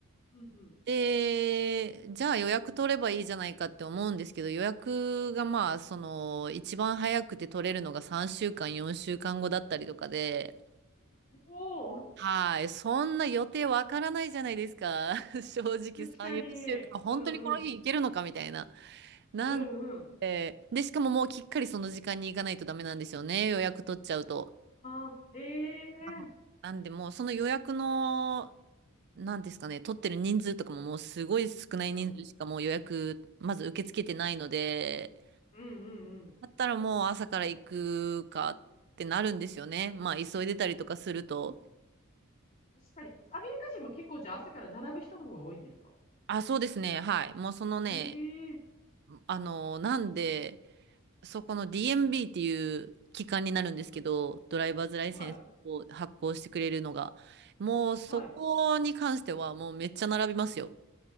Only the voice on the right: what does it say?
で、じゃあ予約取ればいいじゃないかって思うんですけど、予約がまあ、その、一番早くて取れるのが3週間、4週間後だったりとかで、
はい、そんな予定わからないじゃないですか。<laughs> 正直3、
4週間、本当にこの日行けるのかみたいな。
なん
で、でしかももうきっかりその時間に行かないとダメなんですよね。予約取っちゃうと。
あのなんでもうその予約の、なんですかね、取ってる人数とかももうすごい少ない人数しかもう予約、
まず受け付けてないので、
だったらもう朝から行くかってなるんですよね。まあ急いでたりとかすると。
あ、そうですね。はい。もうそのね、
あの、なんで、そこの DMB っていう機関になるんですけど、
ドライバーズライセンスを発行してくれるのが、
もうそこに関してはもうめっちゃ並びますよ。